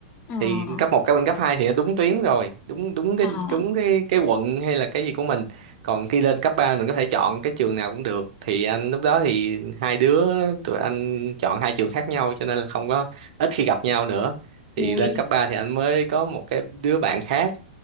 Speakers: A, on the left; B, on the right.
A: à
B: thì cấp một cấp bên cấp 2 thì nó đúng tuyến rồi đúng đúng cái
A: à
B: đúng cái cái quận hay là cái gì của mình còn khi lên cấp 3 mình có thể chọn cái trường nào cũng được thì anh lúc đó thì hai đứa tụi anh chọn hai trường khác nhau cho nên là không có ít khi gặp nhau nữa
A: vui
B: thì lên cấp 3 thì anh mới có một cái đứa bạn khác